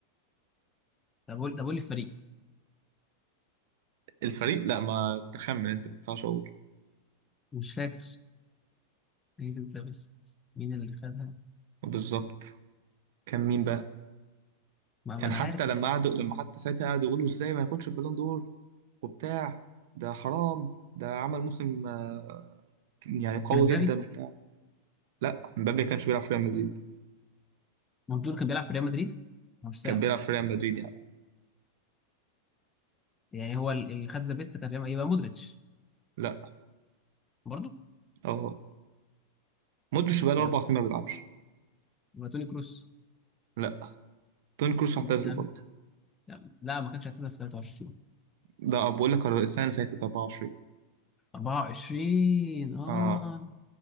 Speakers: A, on the left; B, on the right.
A: طب قول طب قول لي الفريق
B: الفريق لا ما تخمن انت ما ينفعش اقول
A: مش فاكر جايزه ذا بيست مين اللي خدها؟
B: بالظبط كان مين بقى
A: ما
B: كان
A: ما انا
B: حتى
A: عارف
B: لما قعدوا لما حتى ساعتها قعدوا يقولوا ازاي ما ياخدش البالون دور وبتاع ده حرام ده عمل موسم آه، يعني قوي
A: كان امبابي
B: جدا وبتاع لا مبابي ما كانش بيلعب في ريال مدريد
A: مندور كان بيلعب في ريال مدريد مش سامع
B: كان بيلعب في ريال مدريد يعني.
A: يعني هو ال- اللي خد ذا بيست كان ريال- يبقى مودريتش
B: لا
A: برضه
B: اهو مودريتش بقى له
A: يبقى
B: اربع سنين ما بيلعبش
A: يبقى توني كروس
B: لا توني كروس اعتزل
A: يا عم
B: برضه
A: يا عم. لا ما كانش اعتزل في 23
B: ده بقول لك السنه اللي فاتت 24
A: 24 اه
B: اه